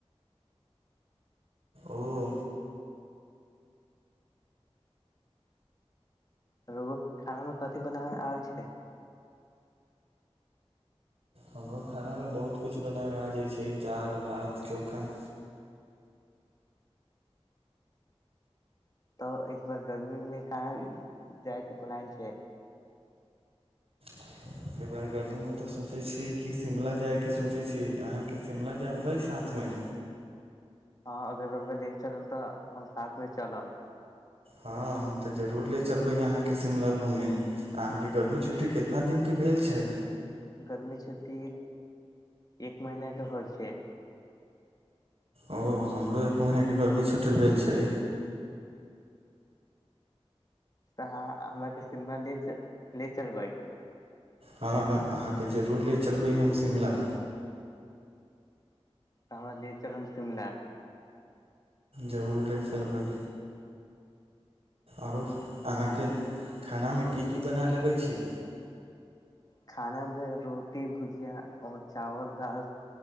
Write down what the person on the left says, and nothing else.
रौआ खाना मे कथि बनाबे आबै छै।
तऽ एक बार गर्मीमे कहाँ जायके प्लन छै।
हँ, अगर रौआ ले चलब तऽ हम साथ मे चलब
गर्मी छुट्टी एक महीना के होइ छै।
तऽ अहाँ हमरा के शिमला ले ले चलबै
तऽ हमरा ले चलब शिमला
खाना मे रोटी भुजिया आर चावल दाल।